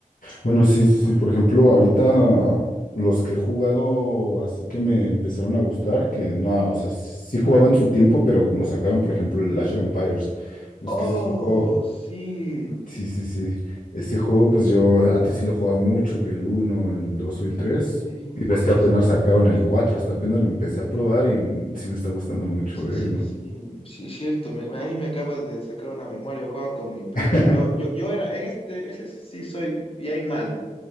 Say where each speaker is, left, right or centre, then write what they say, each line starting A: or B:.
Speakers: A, on the left; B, on the left.
A: Bueno, sí, sí, sí. Por ejemplo, ahorita los que he jugado, así que me empezaron a gustar, que no, o sea, sí jugaba en su tiempo, pero como sacaron, por ejemplo, el Age of Empires, es
B: Oh,
A: que ese es un juego.
B: sí,
A: Sí, sí, sí. Ese juego, pues yo antes sí lo jugaba mucho, que el uno el 2 y el tres
B: sí,
A: Y ves
B: sí,
A: que apenas
B: sí.
A: sacaron el 4 hasta apenas lo empecé a probar y mm, sí me está gustando mucho,
B: Sí,
A: ¿eh?
B: sí,
A: No.
B: sí, sí, es cierto. Me, me- ahí me acabas de sacar una memoria. Yo jugaba con mi primo.
A: <laughs>
B: Yo, yo, yo era en este, ese sí soy bien malo.